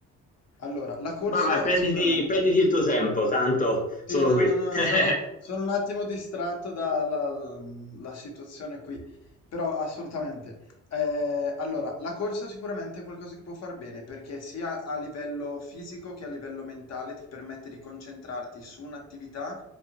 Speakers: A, on the left (about 60°); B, on the left (about 25°).
A: allora, la corsa
B: Vai, vai, prenditi,
A: è sicuramente
B: prenditi il tuo tempo, tanto
A: sì,
B: sono
A: no,
B: qui.
A: no, no,
B: <laughs>
A: stavo, sono un attimo distratto dalla la situazione qui, però assolutamente. Eh, allora, la corsa sicuramente è qualcosa che può far bene, perché sia a livello fisico che a livello mentale ti permette di concentrarti su un'attività